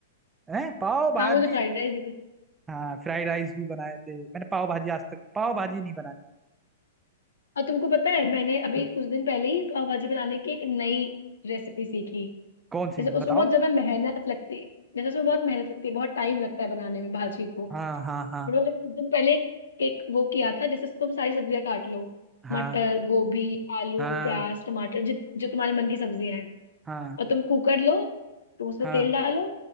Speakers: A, on the right; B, on the left.
A: ना है पाव भाजी
B: हाँ मुझे फ्राइड राइस भी पसंद
A: हाँ फ्राइड राइस भी बनाए थे मैंने पाव भाजी आज तक पाव भाजी
B: है।
A: नहीं बनानी
B: और तुमको पता है मैंने अभी
A: हम्म,
B: कुछ दिन पहले ही पाव भाजी बनाने की एक नई रेसिपी सीखी
A: कौन सी
B: जैसे
A: बताओ
B: उसमें बहुत ज्यादा मेहनत लगती है जैसे उसमें बहुत मेहनत लगती है बहुत टाइम लगता है बनाने में भाजी को फिर
A: हाँ हाँ हाँ
B: मैंने कुछ दिन पहले एक, एक वो किया था जैसे तुम सारी सब्जियां काट लो
A: हाँ
B: मटर गोभी आलू
A: हाँ
B: प्याज टमाटर जित जो तुम्हारे मन की सब्जियां हैं
A: हाँ
B: और तुम कुकर लो तुम उसमें
A: हाँ
B: तेल डालो